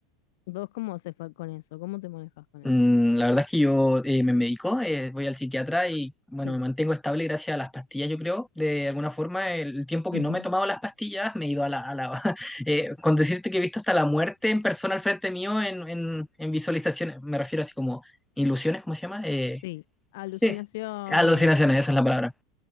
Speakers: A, on the left (about 70°); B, in the centre.
A: ¿Vos cómo haces fue con eso? ¿Cómo te manejas con
B: Mm,
A: eso?
B: la verdad es que yo eh, me medico, eh, voy al psiquiatra y bueno,
A: Sí.
B: me mantengo estable gracias a las pastillas, yo creo. De alguna forma, el tiempo que
A: Ujú.
B: no me he tomado las pastillas, me he ido a la... a la- <laughs> eh, con decirte que he visto hasta la muerte en persona al frente mío en, en, en visualizaciones, me refiero así como ilusiones, ¿cómo se llama? Eh,
A: Sí. Alucinaciones,
B: sí, alucinaciones,
A: o-
B: esa es
A: sí,
B: la palabra.